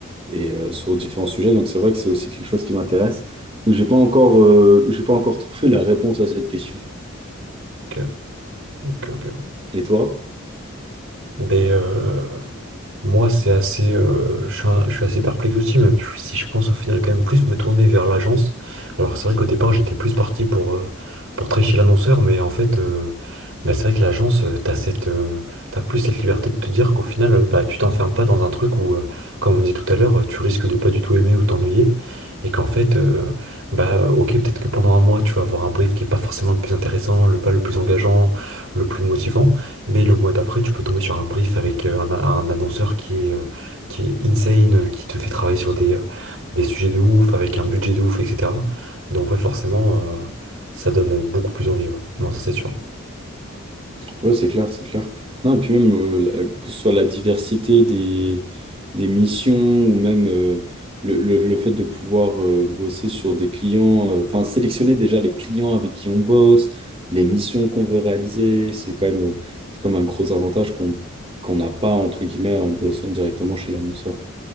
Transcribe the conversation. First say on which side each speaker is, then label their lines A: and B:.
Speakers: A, on the right (about 30°); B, on the right (about 80°).
A: et euh, sur différents sujets. Donc c'est vrai que c'est aussi quelque chose qui m'intéresse. Donc j'ai pas encore, euh, j'ai pas encore trouvé la réponse à cette question.
B: Ok, ok, ok.
A: Et toi?
B: Ben, euh, Moi, c'est assez, euh, je suis, un- je suis assez perplexe aussi, même si je pense au final quand même plus me tourner vers l'agence. Alors c'est vrai qu'au départ, j'étais plus parti pour, euh, pour travailler chez l'annonceur, mais en fait, euh, bah, c'est vrai que l'agence, euh, t'as cette, euh, t'as plus cette liberté de te dire qu'au final, euh, bah, tu t'enfermes pas dans un truc où, euh, comme on dit tout à l'heure, euh, tu risques de pas du tout aimer ou t'ennuyer, et qu'en fait, euh, bah, ok, peut-être que pendant un mois, tu vas avoir un brief qui est pas forcément le plus intéressant, le pas le plus engageant, le plus motivant. Mais le mois d'après, tu peux tomber sur un brief avec euh, un, un annonceur qui est, euh, qui est insane, euh, qui te fait travailler sur des, euh, des sujets de ouf, avec un budget de ouf, etc. Donc ouais, forcément, euh, ça donne beaucoup plus envie, ouais. Non, ça c'est sûr.
A: Oui, c'est clair, c'est clair. Non, et puis même, euh, la- que ce soit la diversité des, des missions ou même euh, le, le- le fait de pouvoir euh, bosser sur des clients, euh, enfin, sélectionner déjà les clients avec qui on bosse, les missions qu'on veut réaliser, c'est quand même, euh, c'est quand même un gros avantage qu'on qu'on n'a pas, entre guillemets, en bossant directement chez l'annonceur.